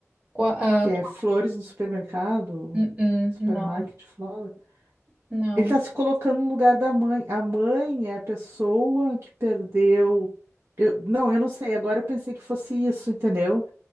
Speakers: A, on the right; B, on the right.
A: qua- ah,
B: que é
A: qua-
B: Flores no Supermercado,
A: hum, hum,
B: Supermarket
A: não,
B: Flowers.
A: não.
B: Ele está se colocando no lugar da mãe. A mãe é a pessoa que perdeu. Eu- não, eu não sei. Agora eu pensei que fosse isso, entendeu?